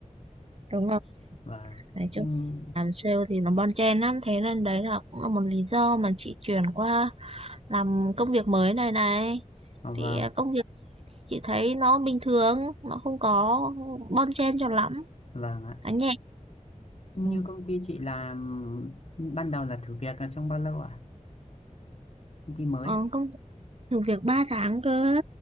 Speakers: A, on the right; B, on the left.
A: đúng không
B: vâng
A: nói chung
B: nhưng
A: làm sale thì nó bon chen lắm thế nên đấy là cũng là một lý do mà chị chuyển qua làm công việc mới này này
B: à, vâng
A: thì à, công việc chị thấy nó bình thường nó không có bon chen cho lắm
B: vâng ạ
A: nó nhẹ
B: như
A: Ừ.
B: công ty chị làm ban đầu là thử việc là trong bao lâu ạ công ty mới
A: ờ,
B: ạ
A: công thử việc 3 tháng cơ